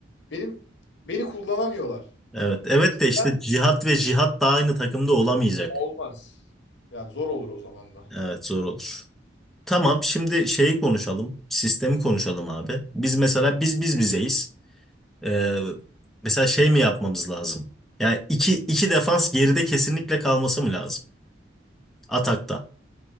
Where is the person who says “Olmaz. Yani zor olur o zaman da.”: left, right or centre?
Left